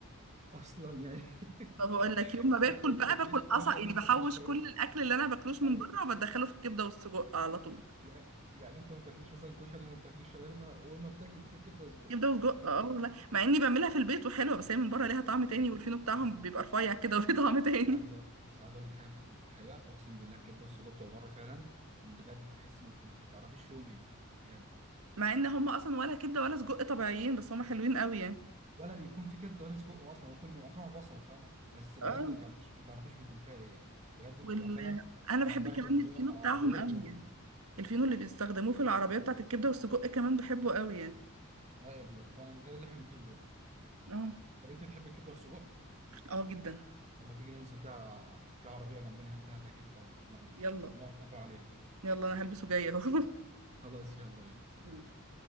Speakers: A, on the right; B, on the right.
A: اصلا يعني <laughs>
B: فبقول لك يوم
A: يعني
B: ما باكل
A: انت ما
B: بقى
A: بتاكليش
B: باكل قصع
A: كشري
B: يعني
A: ما
B: بحوش
A: بتاكليش شاورما
B: كل الاكل اللي انا باكلوش من
A: ايوه
B: بره وبدخله في الكبده والسجق على طول
A: يعني يعني انت ما بتاكليش مثلا كشري ما بتاكليش شاورما وما بتاكلي بتاكلي كبده وسجق
B: كبده وسجق
A: <laughs>
B: اه والله مع اني بعملها في البيت وحلوه بس هي من بره ليها طعم تاني
A: أيوة.
B: والفينو بتاعهم
A: بس
B: بيبقى رفيع كده <laughs> وليه طعم تاني
A: بس عايز أ- بس عايز اقول لك حاجه في حق- دي حقيقه اقسم بالله الكبده والسجق بتوع بره فعلا بجد تحس م- ما تعرفيش فيهم ايه بجد
B: مع ان هم اصلا ولا كبده ولا سجق طبيعيين بس هم حلوين قوي يعني
A: ولا بيكون في كبده ولا سجق اصلا وكل ما معصومه بصل فاهمه بس بجد
B: اه
A: ما تعرفيش ما تعرفيش بيكون فيها ايه يعني بجد
B: وال
A: بتبقى فعلا
B: انا
A: انا
B: بحب
A: امبارح
B: كمان
A: كنت
B: الفينو
A: واقف على
B: بتاعهم
A: العربيه
B: قوي
A: وباكل
B: يعني
A: فاهم
B: الفينو اللي بيستخدموه في العربيه بتاعت الكبده والسجق كمان بحبه قوي يعني
A: ايوه بيبقى فعلا غير اللي احنا بنجيبه كده
B: اه
A: طب انت تحب الكبده والسجق
B: اه جدا
A: لما تيجي ننزل كده ع- في عربيه جنبنا هنا كده هتعجبك قوي نقعد
B: يلا
A: ناكل عليها
B: يلا انا هلبسه جايه اهو
A: خلاص يلا بينا سلام
B: <laughs>